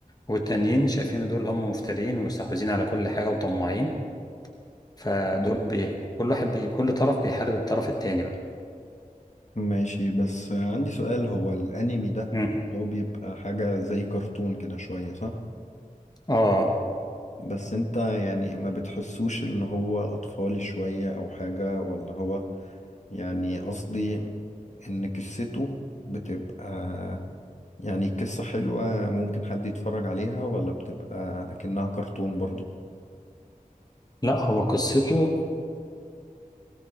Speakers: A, on the left; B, on the left.
A: والتانيين شايفين دول هم مفترين ومستحوذين على كل حاجة وطماعين فدول بي... كل واحد بي... كل طرف بيحارب الطرف التاني بقى
B: ماشي بس عندي سؤال هو الانمي ده
A: مم.
B: هو بيبقى حاجة زي كرتون كده شوية صح؟
A: اه
B: بس انت يعني ما بتحسوش ان هو اطفالي شوية او حاجة ولا هو يعني قصدي ان قصته بتبقى يعني قصة حلوة ممكن حد يتفرج عليها ولا بتبقى اكنها كرتون برضو
A: لا هو قصته